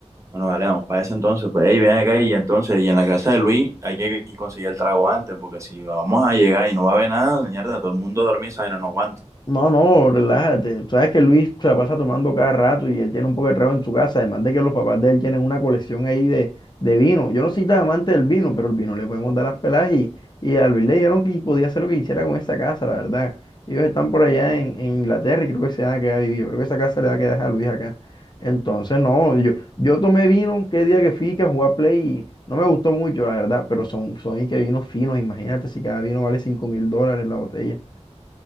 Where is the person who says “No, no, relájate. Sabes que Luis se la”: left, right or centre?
Left